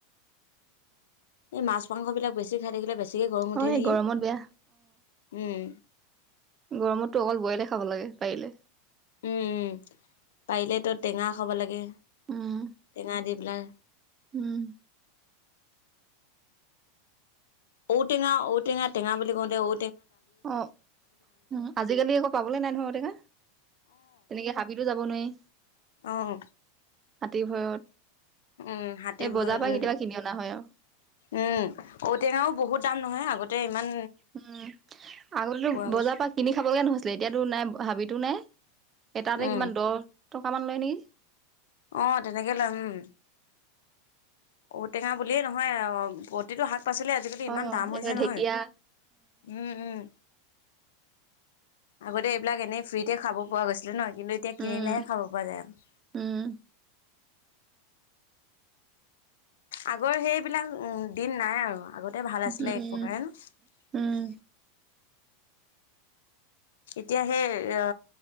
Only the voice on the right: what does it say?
অ
এই গৰমত বেয়া
গৰমতো অকল বইলে খাব লাগে পাৰিলে
উম
উম
অ উ আজিকালি আকৌ পাবলৈ নাই নয় ঔটেঙা তেনেকে হাবিতো যাব নোৱাৰি।
হাতীৰ ভয়ত।
এই বজাৰ
পৰা
কেতিয়াবা কিনি অনা হয় আৰু
উম আগতো
বজাৰ পৰা কিনি খাবগে নহৈছিলে এতিয়াতো নাই। হাবিতো নাই এটাতে
কিমান দহ টকামান লয় নেকি?
অ',
এইফালে
ঢেকীয়া
উম,
উম,
উম,
উম,